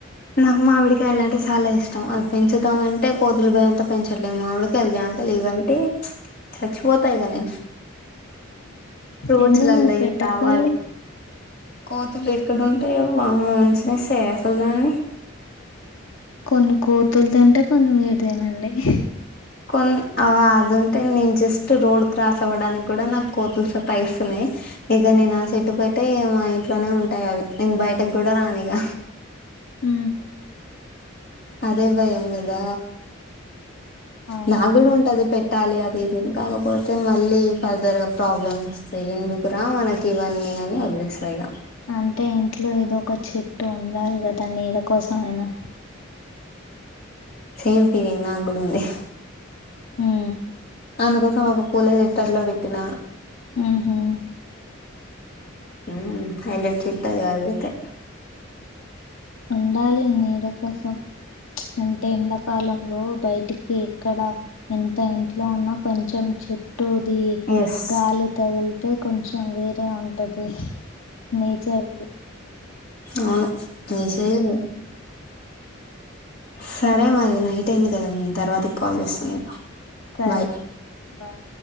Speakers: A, on the left; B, on the left.
A: నాకు మామిడికాయలు అంటే చాలా ఇష్టం అది పెంచుదామ అంటే కోతుల భయంతో పెంచట్లేము మామిడికాయలు జామకాయలు ఇవంటే చచ్చిపోతాయి ఇగ నేను ఫ్రూట్స్లల్లో
B: ఎందుకు మరి
A: ఇవి
B: పెట్టకపోయినా
A: కావాలి
B: ఇల్లు
A: కోతులు ఎక్కడుంటేయ వామో ఉంచేస్తాయా అసలు దాని
B: కొన్ని కోతులు తింటే కొన్ని మీరు తినండి <inaudible>
A: కొన్ అదింటే నేను జస్ట్ రోడ్ క్రాస్ అవ్వడానికి కూడా నాకు కోతులు సతాయిస్తున్నాయి ఇక నేను ఆ చెట్టు పెట్టి ఏమో అయితేనే ఉంటాయి అవి నేను బయటకు కూడా రాను ఇక
B: హ
A: అదే భయం కదా
B: అవునా
A: నాకు కూడా ఉంటది పెట్టాలి అది ఇదిని కాకపోతే మళ్ళీ ఫర్దర్గా ప్రాబ్లమ్స్ వస్తాయి ఎందుకురా మనకి ఇవన్నీ అని వదిలేస్తా ఇగా
B: అంటే ఇంట్లో ఏదో ఒక చెట్టు ఉండాలి కదా నీడ కోసమైనా
A: సమ్ ఫీలింగ్ నాక్కూడా ఉంది
B: ఉ
A: అందుకోసం ఒక పూల జట్లు అట్లా పెట్టిన
B: ఆహా
A: అ ఏందే చిత్తగధైతే
B: ఉండాలి నీడ కోసం అంటే ఎడాకాలంలో బయటికి ఇక్కడ ఎంత ఇంట్లో ఉన్నా కొంచెం చెట్ టుూది
A: ఎస్
B: గాలి తగలి అయితే కొంచెం వేరే ఉంటది నేచర్ ది
A: అవును నెచెర్‌ సరే మరినయి అటేంది కదా నేను తర్వాతకి కాల్ చేస్తా మీకు
B: సరే
A: బాయ్
B: బాయ్